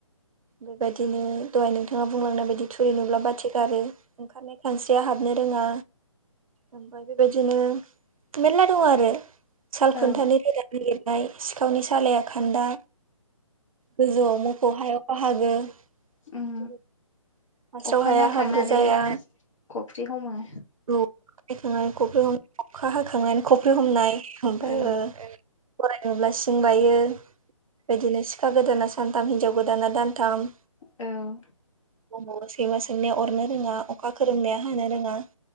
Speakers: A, on the right (about 80°); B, on the left (about 65°).
A: बेबायदिनो दहाय नों थाङा बुंलांनाय बायदि थुरि नुब्ला बाथि गारो ओंखारनायाय खानस्रिया हाबनो रोङा ओमफ्राय बेबायदिनो मेरला दङ आरो साल
B: औ
A: खुन्थानि रोदा नागिरनाय सिखावनि सालाया खा खान्दा, गोजौआव मोफौ हायाव बाहागो
B: उम
A: <inaudible> हास्राव
B: अखा
A: हाया
B: नायखांनानै
A: हाब्रु जाया
B: फख्रि हमो
A: औ खांनानै खफ्रि हम अखा हाखांनानै खफ्रि हमनाय ओमफ्राय
B: औ
A: ओ गराइ नुब्ला सिं बायो, बेदिनो सिखा गोदाना सानथाम हिनजाव गोदाना दानथाम।
B: औ
A: औ सैमा सोंनाया अरनो रोङा अखा खोरोमनाया हानो रोङा।